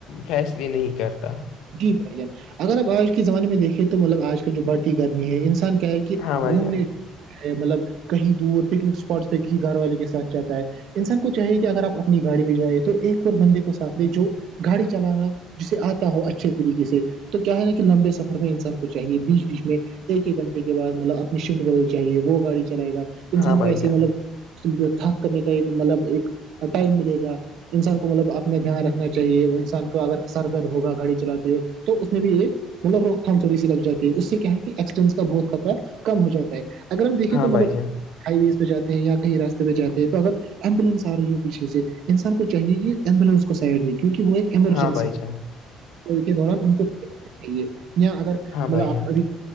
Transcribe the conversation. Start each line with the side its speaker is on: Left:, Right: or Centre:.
Left: فیصلے نہیں کرتا
Right: جی بھائی جان اگر آپ آج کے زمانے میں دیکھیں تو مطلب آج کل جو بڑھتی گرمی ہے انسان کیا ہے کہ
Left: ہاں بھائی
Right: گھومنے
Left: جان
Right: مطلب کہیں دور پکنک اسپاٹس پہ کسی گھر والے کے ساتھ جاتا ہے انسان کو چاہیے کہ اگر آپ اپنی گاڑی میں جائیں تو ایک اور بندے کو ساتھ لے جو گاڑی چلانا جسے آتا ہو اچھے طریقے سے تو کیا ہے نا کہ لمبے سفر میں انسان کو چاہیے بیچ بیچ میں ایک ایک گھنٹے کے بعد مطلب اپنی شفٹ کر چاہے وہ گاڑی چلے گا انسان
Left: ہاں بھائی
Right: کو ایسی
Left: جان
Right: مطلب تھاک کرنے کا ایک مطلب ایک ٹائم ملے گ انسان کو مطلب اپنا دھیان رکھنا چاہیے انسان کو اگر ار درد ہوگا گھڑی چلاتے ہیں تو اس میں بھی ایک مطلب روک تھام تھوڑی سی لگ جاتی ہے اس سے کیا ہے کہ ایکسیڈس کا بہت خطرہ کم ہو جا ہے اگر ہم دیکھے
Left: ہاں
Right: تو مطلب
Left: بھائی جان
Right: ہائی ویز پہ جاتے ہیں یا کہیں راستے پہ جاتے ہیں تو اگر ایمبولینس آ رہی ہو پیھے سے انسان کو چاہیے کہ ایمبولینس کو سائڈ دے کیونکہ وہ ایک ایمرجنسی
Left: ہاں بھائی چان
Right: کے دوران ان کو چاہیے یہاں اگر
Left: ہاں
Right: مطلب
Left: بھائی
Right: آپ
Left: جان
Right: ابھی